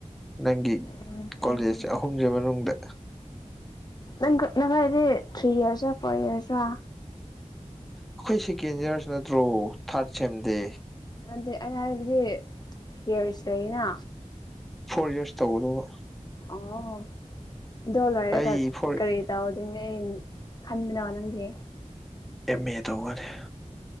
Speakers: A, in the centre; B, on the left.
A: ꯅꯪꯒꯤ
B: ꯎꯝ ꯈꯪꯒꯅꯤ
A: ꯀꯣꯂꯦꯖ ꯑꯍꯨꯝꯁꯤ ꯃꯅꯨꯡꯗ
B: ꯅꯪ ꯀꯅꯕꯈꯗꯤ ꯊ꯭ꯔꯤ ꯏꯔꯁ ꯐꯣꯔ ꯏꯌꯥꯔꯁꯣ
A: ꯑꯩꯈꯣꯏ ꯁꯦꯀꯦꯟ ꯌꯌꯥꯔꯁꯨ ꯅꯠꯇ꯭ꯔꯣ ꯊꯥꯔꯠ ꯁꯦꯝꯗꯦ
B: ꯑꯗꯨ ꯑ ꯍꯥꯏꯕꯗꯤ ꯌꯔꯁꯇꯅ
A: ꯐꯣꯔ ꯌꯔꯁ ꯇꯧꯕꯗꯧꯕ
B: ꯑꯣ ꯗꯣ ꯂꯣꯏꯔꯒ
A: ꯑꯩ ꯐꯣꯔ
B: ꯀꯔꯤ ꯇꯧꯗꯨꯅꯦ ꯑꯩ ꯈꯟꯗꯅꯕ ꯅꯪꯗꯤꯦ
A: ꯑꯦꯝ ꯑꯦ ꯇꯧꯒꯅꯤ